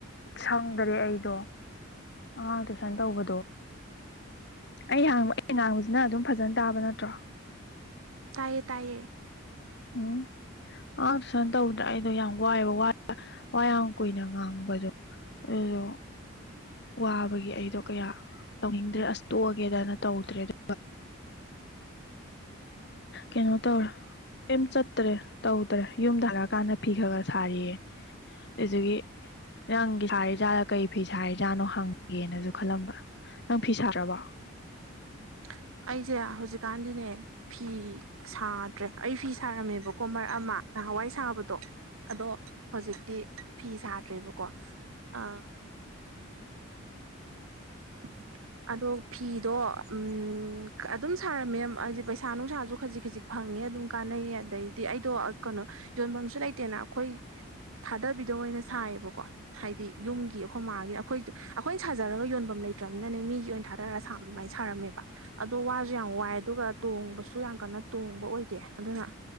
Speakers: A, on the left (about 55°); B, on the right (about 80°).
A: ꯁꯪꯗꯔꯦ ꯑꯩꯗꯣ ꯑꯉꯥꯡ ꯇꯨꯏꯁꯟ ꯇꯧꯕꯗꯣ ꯑꯩ ꯍꯥꯡꯕ ꯑꯩ ꯉꯥꯡꯕꯁꯤ ꯅꯪ ꯑꯗꯨꯝ ꯐꯖꯅ ꯇꯥꯕ ꯅꯠꯇ꯭ꯔꯣ
B: ꯇꯥꯏꯌꯦ ꯇꯥꯏꯌꯦ
A: ꯎꯝ ꯑꯉꯥꯡ ꯇꯨꯏꯁꯟ ꯇꯧꯗ꯭ꯔꯦ ꯑꯩꯗꯣ ꯌꯥꯝ ꯋꯥꯏꯕ ꯋꯥꯏ ꯋꯥꯌꯥꯝ ꯀꯨꯏꯅ ꯉꯥꯡꯕꯗꯣ ꯑꯗꯨꯗꯣ ꯋꯥꯕꯒꯤ ꯑꯩꯗꯣ ꯀꯌꯥ ꯇꯧꯅꯤꯡꯗ꯭ꯔꯦ ꯑꯁ ꯇꯣꯛꯑꯒꯦꯗꯅ ꯇꯧꯗ꯭ꯔꯦ ꯑꯗꯨ ꯀꯩꯅꯣ ꯇꯧꯔ ꯀꯩꯝ ꯆꯠꯇ꯭ꯔꯦ ꯇꯧꯗ꯭ꯔꯦ ꯌꯨꯝꯗ ꯍꯜꯂꯛꯑꯀꯥꯟꯗ ꯐꯤ ꯈꯔ ꯈꯔ ꯁꯥꯔꯤꯌꯦ ꯑꯗꯨꯗꯨꯒꯤ ꯅꯪꯒꯤ ꯁꯥꯔꯤꯖꯥꯠꯂ ꯀꯔꯤ ꯐꯤ ꯁꯥꯔꯤꯖꯥꯠꯅꯣ ꯍꯪꯒꯦꯅꯁꯨ ꯈꯜꯂꯝꯕ ꯅꯪ ꯐꯤ ꯁꯥꯗ꯭ꯔꯕꯣ
B: <inaudible> ꯑꯩꯁꯦ ꯍꯧꯖꯤꯛꯀꯥꯟꯗꯤꯅꯦ ꯐꯤ ꯁꯥꯗ꯭ꯔꯦ ꯑꯩ ꯐꯤ ꯁꯥꯔꯝꯃꯦꯕꯀꯣ ꯃꯔꯛ ꯑꯃ ꯅꯍꯥꯋꯥꯏ ꯁꯥꯕꯗꯣ ꯑꯗꯣ ꯍꯧꯖꯤꯛꯇꯤ ꯐꯤ ꯁꯥꯗ꯭ꯔꯦꯕꯀꯣ ꯑꯥ <inaudible> ꯑꯗꯣ ꯐꯤꯗꯣ ꯑꯝ ꯑꯗꯨꯝ ꯁꯥꯔꯝꯃꯦ ꯍꯥꯏꯗꯤ ꯄꯩꯁꯥ ꯅꯨꯡꯁꯥꯁꯨ ꯈꯖꯤꯛ ꯈꯖꯤꯛ ꯐꯪꯉꯦ ꯉꯦ ꯑꯗꯨꯝ ꯀꯥꯟꯅꯩꯌꯦ ꯑꯗꯩꯗꯤ ꯑꯩꯗꯣ ꯀꯅꯣ ꯌꯣꯟꯕꯝꯁꯨ ꯂꯩꯇꯦꯅꯥ ꯑꯈꯣꯏ ꯊꯥꯗꯕꯤꯗ ꯑꯣꯏꯅ ꯁꯥꯏꯌꯦꯕꯀꯣ ꯍꯥꯏꯗꯤ ꯌꯨꯝꯒꯤ ꯑꯈꯣꯏ ꯃꯥꯒꯤ ꯑꯈꯣꯏ ꯑꯈꯣꯏꯅ ꯁꯥꯖꯔꯒ ꯌꯣꯟꯕꯝ ꯂꯩ ꯇ꯭ꯔꯝꯅꯤꯅꯅꯦ ꯃꯤꯒꯤ ꯑꯣꯏꯅ ꯊꯥꯗꯔ ꯑꯗꯨꯃꯥꯏ ꯁꯥꯕꯗꯣ ꯁꯥꯔꯝꯃꯦꯕꯥ ꯑꯗꯣ ꯋꯥꯖꯨ ꯌꯥꯝ ꯋꯥꯏ ꯑꯗꯨꯒ ꯇꯣꯡꯕꯁꯨ ꯌꯥꯝ ꯀꯟꯅ ꯇꯣꯡꯕ ꯑꯣꯏꯗꯦ ꯑꯗꯨꯅꯥ